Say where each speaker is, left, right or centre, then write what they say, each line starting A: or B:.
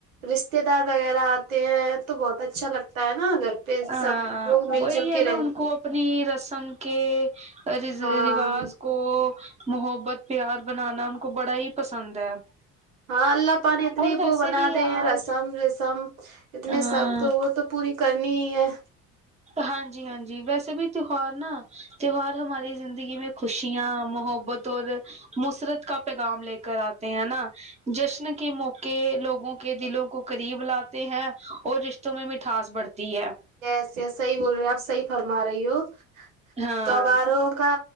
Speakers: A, on the right; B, on the right.
A: رشتے دار وغیرہ آتے ہیں تو بہت اچھا لگتا تا ہے نا گھر پہ
B: ہاں
A: سب لوگ مل
B: وہی
A: جل
B: ہے
A: کے
B: نا
A: رہتے
B: ان کو
A: ہیں
B: اپنی رسم کے رواج
A: ہاں
B: کو کو محبت پیار بنانا ان کو بڑا ہی پسند ہے
A: ہاں اللہ پانی اتنے
B: اور ویسے
A: وہ بنا
B: بھی یار
A: دے ہیں رسم رسم اتنے
B: ہاں
A: سب تو وہ تو پوری کرنی ہی ہے ہ
B: ہاں جی ہاں جی ویسے بھی تہوار نا تیوار ہماری زندگی میں خوشیاں محبت اور مسرت کا پیغام لے کر آتے ہیں نا جشن کے موقع لوگوں کے دلوں کو قریب لاتے ہیں اور رشتوں میں مٹھاس بڑھتی ہے
A: یس یس صحیح بول رہے آپ صحیح فرما رہی ہو
B: ہاں
A: تہواروں کا